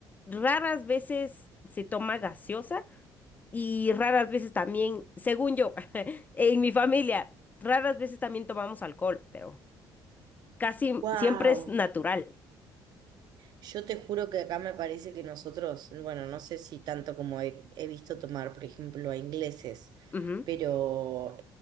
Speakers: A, on the left (about 20°); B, on the right (about 55°).
A: Raras veces se toma gaseosa, Y raras veces también, según yo, <laughs> en mi familia, raras veces también tomamos alcohol, pero casi
B: ¡Wow!
A: siempre es natural.
B: Yo te juro que acá me parece que nosotros, bueno, no sé si tanto como he, he visto tomar, por ejemplo, a ingleses,
A: Ujú,
B: pero